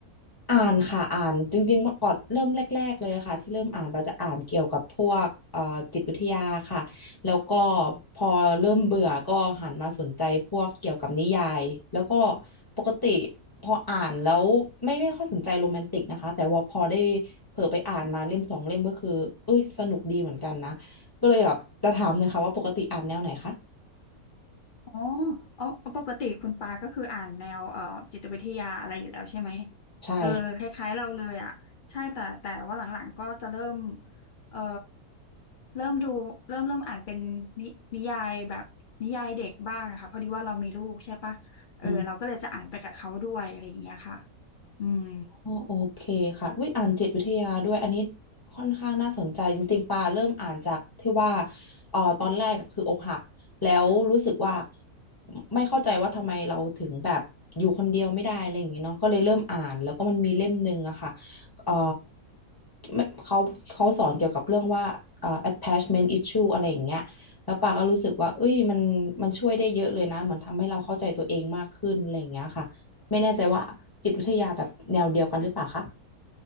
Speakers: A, on the left; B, on the left.
A: อ่านค่ะอ่านจริงๆเมื่อก่อนเริ่มแรกๆเลยค่ะที่เริ่มอ่านเราจะอ่านเกี่ยวกับพวกเอ่อจิตวิทยาค่ะแล้วก็พอเริ่มเบื่อก็หันมาสนใจพวกเกี่ยวกับนิยายแล้วก็ปกติพออ่านแล้วไม่ไม่ค่อยสนใจโรแมนติกนะคะแต่ว่าพอได้เผลอไปอ่านมาเล่มสองเล่มก็คือเอ้ยสนุกดีเหมือนกันนะก็เลยแบบจะถามเลยค่ะว่าปกติอ่านแนวไหนคะ
B: อ๋ออ๋อ ปกติคุณปาก็คืออ่านแนวเอ่อจิตวิทยาอะไรอยู่แล้วใช่ไหม
A: ใช่
B: เออคล้ายๆเราเลยอ่ะใช่แต่แต่ว่าหลังๆก็จะเริ่มเอ่อเริ่มดูเริ่มเริ่มอ่านเป็นนินิยายแบบนิยายเด็กบ้างนะคะพอดีว่าเรามีลูกใช่ปะเออเราก็เลยจะอ่านไปกับเขาด้วยอะไรอย่างเงี้ยค่ะ
A: ค่ะ
B: อืม
A: อ๋อโอเคค่ะวิอยอ่านจิตวิทยาด้วยอันนี้ค่อนข้างน่าสนใจจริงๆปาเริ่มอ่านจากที่ว่าเอ่อตอนแรกอะคืออกหักแล้วรู้สึกว่าไม่เข้าใจว่าทำไมเราถึงแบบอยู่คนเดียวไม่ได้อะไรอย่างงี้เนาะก็เลยเริ่มอ่านแล้วก็มันมีเล่มหนึ่งอะค่ะเอ่อไม่เขาเขาสอนเกี่ยวกับเรื่องว่าเอ่อ attachment issue อะไรอย่างเงี้ยแล้วปาก็รู้สึกว่าเอ้ยมันมันช่วยได้เยอะเลยนะเหมือนทำให้เราเข้าใจตัวเองมากขึ้นอะไรอย่างเงี้ยค่ะ ไม่แน่ใจว่าจิตวิทยาแบบแนวเดียวกันหรือเปล่าคะ